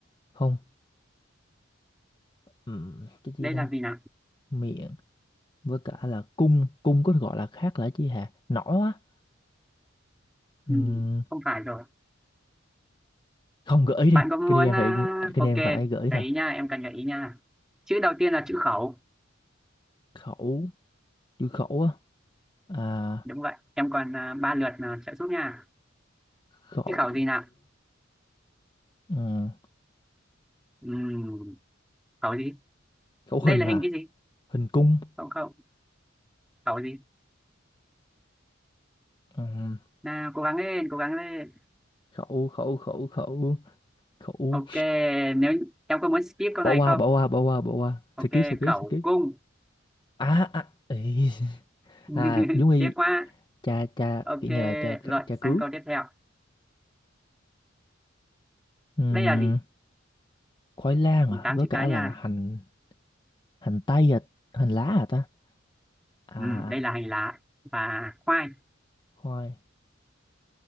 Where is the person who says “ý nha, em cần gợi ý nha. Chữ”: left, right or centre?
Centre